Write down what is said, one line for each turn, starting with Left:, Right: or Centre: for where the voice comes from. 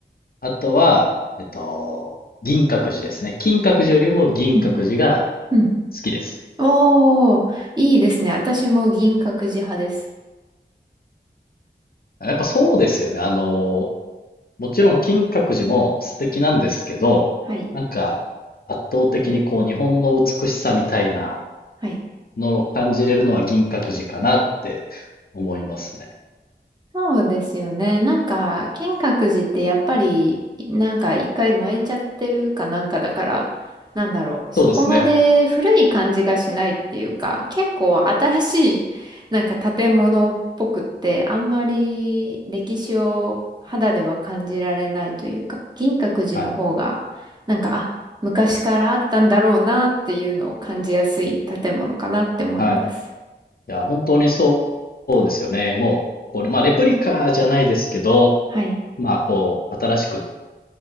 Left: あとは、えっと、銀閣寺ですね。金閣寺よりも銀閣寺が
Right: うんうん
Left: 好きです。
Right: おー、いいですね。私も銀閣寺派です。
Left: やっぱそうですよね。あの、もちろん金閣寺も素敵なんですけど、
Right: はい。
Left: なんか圧倒的にこう日本の美しさみたいな
Right: はい
Left: のを感じれるのは銀閣寺かなって思いますね。
Right: そうですよね。なんか、金閣寺ってやっぱり、なんか一回燃えちゃってるかなんかだから、なんだろう、そこまで古い感じがしないっていうか、
Left: そうですね。
Right: 結構新しい、なんか建物っぽくって、あんまり歴史を肌では感じられないというか、銀閣寺の方が、
Left: はい。
Right: なんか、あ、昔からあったんだろうなっていうのを感じやすい建物かなって思います。
Left: はい。いや、本当にそうそうですよね。もう、これ、まあ、レプリカじゃないですけど、
Right: はい。
Left: まあ、こう、新しく